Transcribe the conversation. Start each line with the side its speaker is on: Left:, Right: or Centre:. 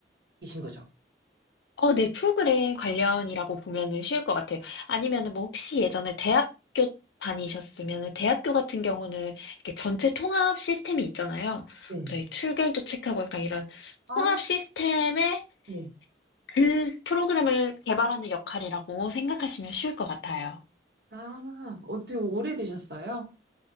Right: 거죠?
Left: 어, 네, 프로그램 관련이라고 보면은 쉬울 것 같아요. 아니면은 뭐 혹시 예전에 대학교 다니셨으면은 대학교 같은 경우는 이렇게 전체 통합 시스템이 있잖아요.
Right: 네.
Left: 저희 출결도 체크하고 약간 이런
Right: 아,
Left: 통합 시스템의
Right: 네.
Left: 그 프로그램을 개발하는 역할이라고 생각하시면 쉬울 것 같아요.
Right: 아, 어떻게 오래되셨어요?